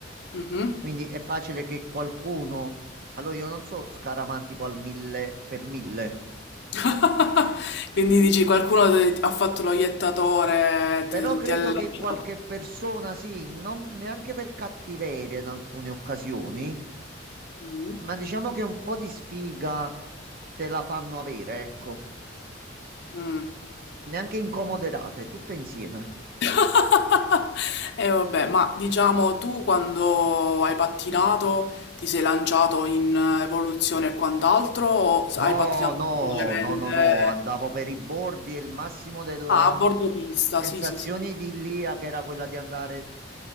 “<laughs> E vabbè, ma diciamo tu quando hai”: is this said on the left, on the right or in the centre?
Left